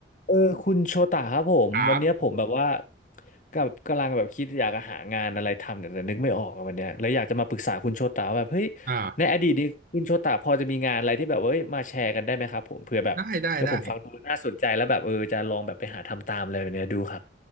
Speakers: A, on the left (about 45°); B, on the right (about 50°).
A: เออคุณโชตะครับผมวันเนี้ยผมแบบว่า
B: ครับ
A: กับกำลังแบบคิดอยากจะหางานอะไรทำเนี่ยแต่นึกไม่ออกอะวันเนี้ยเลยอยากจะมาปรึกษาคุณโชตะว่าแบบเฮ้ย
B: อ่า
A: ในอดีตนี้คุณโชตะพอจะมีงานอะไรที่แบบว่าเอ้ยมาแชร์กันได้ไหมครับผมเผื่อแบบเฮ้ยผมฟังดูแล้วน่าสนใจแล้วแบบเออจะลองแบบไปหาทำตามอะไรแบบเนี้ยดูครับ
B: ได้ได้ได้